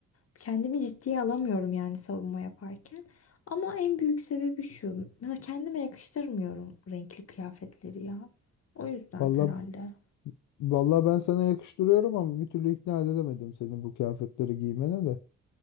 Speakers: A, on the left; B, on the left.
A: kendimi ciddiye alamıyorum yani savunma yaparken. Ama en büyük sebebi şu. Mesela kendime yakıştırmıyorum renkli kıyafetleri ya. O yüzden
B: Vallahi
A: herhalde.
B: vallahi ben sana yakıştırıyorum ama bir türlü ikna edemedim seni bu kıyafetleri giymene de.